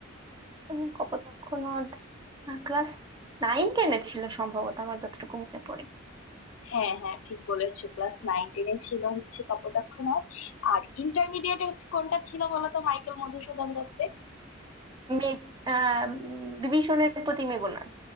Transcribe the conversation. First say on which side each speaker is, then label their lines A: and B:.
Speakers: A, on the right; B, on the left.
A: উম, কপোতাক্ষ নদ ক্লাস নাইন টেনে ছিল সম্ভবত আমার যতটুকু মনে পড়ে
B: হ্যাঁ হ্যাঁ ঠিক বলেছো ক্লাস নাইন টেনে ছিল হচ্ছে কপোতাক্ষ নদ আর ইন্টারমিডিয়েটে কোনটা ছিল বলো তো মাইকেল মধুসূদন দত্তের
A: মেঘ আহ উম, বিভীষণের প্রতি মেঘনাদ